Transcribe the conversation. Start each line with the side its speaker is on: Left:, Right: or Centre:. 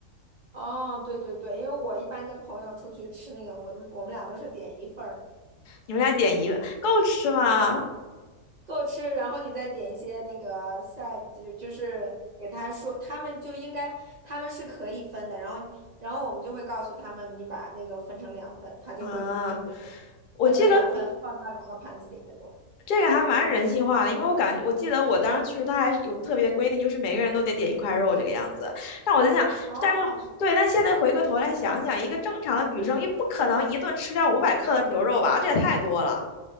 Right: 哦，对对对，因为我一般跟朋友出去吃那个，我们我们俩都是点一份儿，
Left: 你们俩点一够吃吗？
Right: 够吃，然后你再点一些那个 s i d e 就就是给他说，他们就应该他们是可以分的，然后然后我们就会告诉他们，你把那个分成两份，他就会给你分成分成两份，
Left: 啊，我记得
Right: 放到两个盘子里那种。
Left: 这个还蛮人性化的，因为我感觉，我记得我当时去的时候，他还是有特别规定，就是每个人都得点一块肉这个样子。但我在想，
Right: 哦，
Left: 但是对，但现在回过头来想想，一个正常的女生也不可能一顿吃掉五百克的牛肉吧，这也太多了。